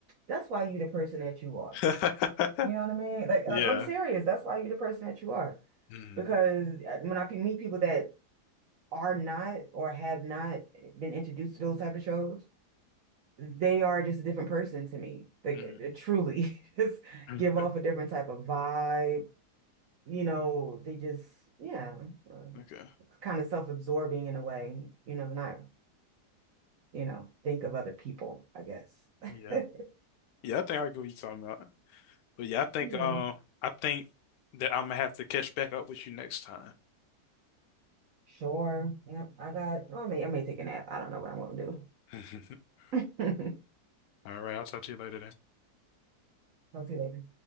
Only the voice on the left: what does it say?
<laughs>
Yeah.
Mm-hmm.
Mm-hmm.
<laughs>
Okay.
Yeah.
Yeah, I think I could be talking about. But yeah, I think
uh, I think that I'm gonna have to catch back up with you next time.
<laughs>
All right, I'll talk to you later then.